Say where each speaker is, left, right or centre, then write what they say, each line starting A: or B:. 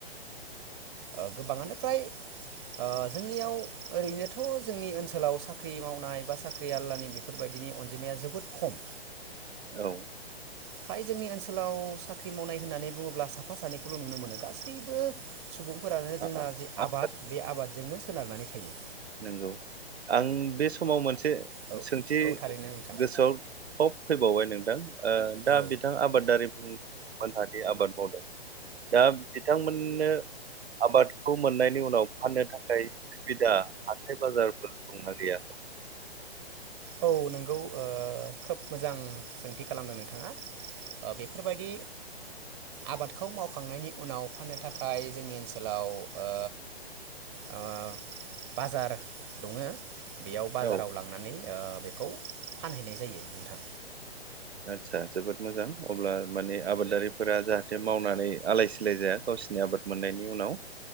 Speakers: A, on the right (about 25°); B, on the right (about 80°).
A: ओ गोबाङानो फ्राय ओ जोंनियाव ओरैनोथ' जोंनि ओनसोलाव साख्रि मावनाय बा साख्रि <unintelligible> नि बेफोरबायदिनि अन अनजिमाया जोबोद खम।
B: औ।
A: फ्राय जोंनि ओनसोलाव साख्रि मावनाय होननानै बुङोब्ला साफा सानैखौल' नुनो मोनो गासैबो सुबुंफोरानो
B: आ-
A: जोंना
B: आ-
A: जि
B: आ-
A: आबाद बे आबादजोंनो सोनारनानै थायो। हायो।
B: नोंगौ आं बे समाव मोनसे
A: औ
B: सोंथि
A: औ थारैनो नोंथां
B: गोसोआव थब फैबावबाय नोंथां ओ दा
A: औ
B: बिथां आबादारिमोन जाहाथे आबाद मावदों। दा बिथांमोननो आबादखौ मोननायनि उनाव फाननो थाखाय सुबिदा हाथाइ बाजारफोर दंना गैया?
A: औ नोंगौ ओ खोब मोजां सोंथि खालामदों नोंथाङा ओ बेफोरबायदि आबादखौ मावखांनायनि उनाव फाननो थाखाय जोंनि ओनसोलाव ओ ओ बाजार दङो। बेयाव बाजाराव
B: औ
A: लांनानै ओ बेखौ फानहैनाय जायो नोंथां।
B: आदसा जोबोद मोजां अब्ला माने आबादारिफोरा जाहाथे मावनानै आलाय सिलाय जाया गावसिनि आबाद मोननायनि उनाव।